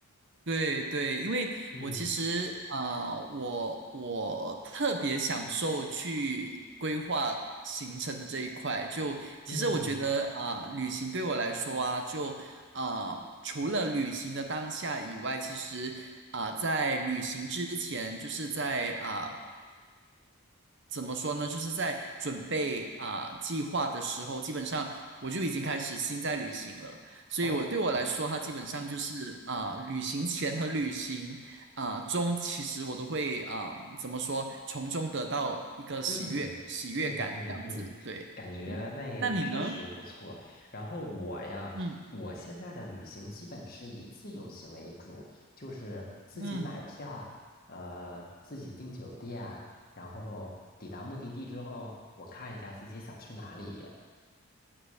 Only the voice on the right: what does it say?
对对，因为我其实啊、
呃我我特别享受去规划行程的这一块。就其实我觉得啊、
旅行对我来说啊，就啊、除了旅行的当下以外，其实啊、在旅行之前，就是在啊、呃怎么说呢？就是在准备啊、计划的时候，基本上我就已经开始心在旅行了。所以我对我来说，
它基本上就是啊、旅行前和旅行啊、中，其实我都会啊、怎么说，从中得到一个喜悦喜悦感，
这样子。对，
嗯，那你呢？
嗯
嗯